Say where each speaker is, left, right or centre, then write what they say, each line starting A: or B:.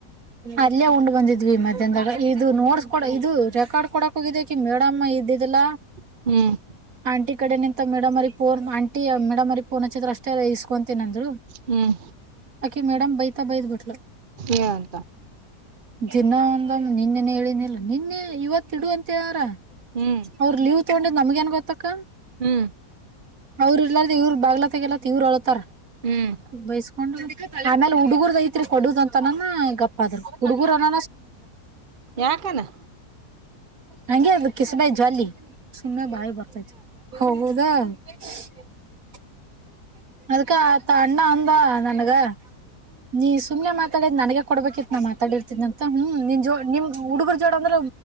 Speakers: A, on the right; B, on the right.
A: ಅಲ್ಲೇ ಉಂಡ್ ಬಂದಿದ್ವಿ ಮಧ್ಯಾಹ್ದಾಗ ಇದು ನೋಡ್ಸ್ ಕಡ ಇದು ರೆಕಾರ್ಡ್ ಕೂಡ ಹೋಗಿದ ಮೇಡಮ್ಮ ಇದ್ದಿದಲ
B: ಹ್ಮ್ ಹ್ಮ್
A: ಆಂಟಿ ಈ ಕಡೆ ನಿಂತ ಮೇಡಮರಿ ಫೋನ್ ಆಂಟಿ ಮೇಡಮರಿಫೋನ್ ಹಚ್ಚಿದ್ರ ಅಷ್ಟೇ ಇಸ್ಕೊಂತ ನಂದ
B: ಹ್ಮ್
A: ಆಕೆ ಮೇಡಮ್ ಬೈತಾ ಬೈದ್ ಬಿಟ್ಲು
B: ಏನಂತ
A: ಜಾ ಒ ನಿನ್ನೆನೆ ಹೇಳನಿಲ್ಲ ನಿನ್ನೆ ಇವತ್ತ ಇಡುವಂತ ಯಾರ
B: ಹ್ಮ್
A: ಅವ್ರ ಲೀವ್ ತಗೊಂಡ್ ನಮ್ಗೆ ಏ ಗೊತ್ತಕ್ಕ
B: ಹ್ಮ್
A: ಅವ್ರ ಇರ್ಲಾರ್ದ ಇವ್ರು ಬಾಗ್ಲತ್ತಗಲ್ಲತ್ತ ಇವ್ರು ಅಳ್ತಾರ
B: ಹ್ಮ್
A: ಬೈಸ್ಕೊಂಡ್ ಹುಡುಗರ್ದ ಐತ್ರಿ ಕೊಡುದ ಅಂತನ ಗಪ್ಪಾದ್ರರು ಹುಡುಗರನ
B: ಯಾಕನಾ
A: ಹಂಗಗೆ ಅ ಕಿಸಬಾಯ್ ಜ್ವಾಲಿ ಸುಮ್ಮನೆ ಬಾಯಿ ಬರ್ತತಿ ಹೌದಾ <inaudible> <unintelligible> ಅದ್ಕ ಆತ ಅಣ್ಣ ಅಂದ ನನ್ಗ ನೀ ಸುಮ್ನೆ ಮತ್ತ ನನಗೆ ಕೊಡ್ಬೇಕಿ ನಾತಾ ಂತ ಹ ನಿನ್ ಜೋ ನಿಮ್ುಡುಗರು ಜೋ ಅಂದ್ರೆ